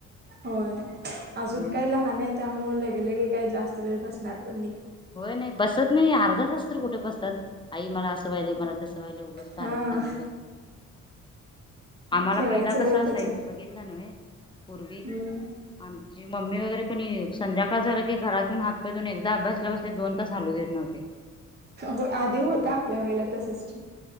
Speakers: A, on the right; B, on the left.
A: होय अजून
B: हम्म.
A: काही लहान नाही आहे त्यामुळेळ लगेलगे काय जास्त वेळ बसणार पण <unintelligible>
B: होय नाही बसत नाही, अर्धा तास तर कुठे बसतात. आई मला, असं व्हाले मला तसं व्हायले, उगंच कारण
A: हा
B: सांगत बस, आम्हाला
A: खेळायचं
B: पहिला कसा
A: वय
B: असायचं
A: त्याच्यात
B: बघितलं. <unintelligible> <unintelligible>
A: हम्म
B: मम्मी वगैरे पण येईल, संध्याकाळ झालं की घरातून हातपाय धुऊन एकदा अभ्यासला बस दोन तास हलू देत नव्हते.
A: हो आधी होता,
B: झाले
A: आपल्या वेळेला तसच ठीक.